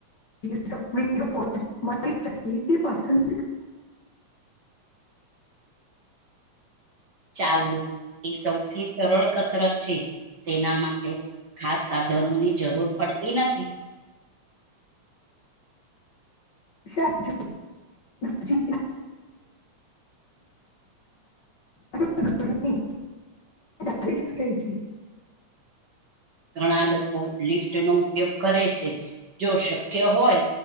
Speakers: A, on the left; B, on the right.
A: <inaudible>
B: ચાલવું એ સૌથી સરળ કસરત છે. તેના માટે ખાસ સાધનોની જરૂર પડતી નથી.
A: સાચું. જી અથવા ઘરની કરી શકે છે.
B: ઘણા લોકો લિફ્ટ નો ઉપયોગ કરે છે, જો શક્ય હોય